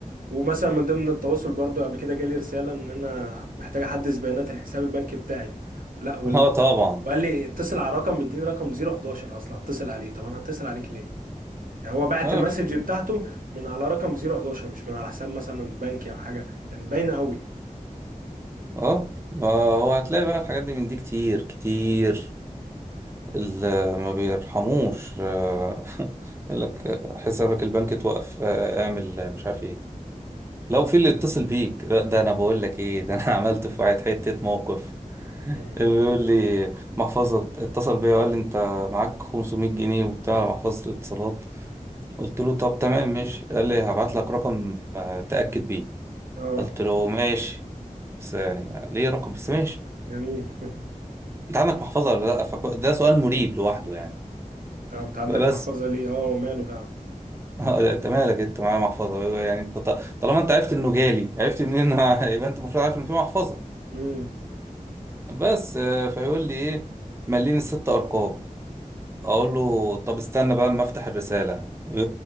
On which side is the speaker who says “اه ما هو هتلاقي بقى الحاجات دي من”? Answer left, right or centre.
Right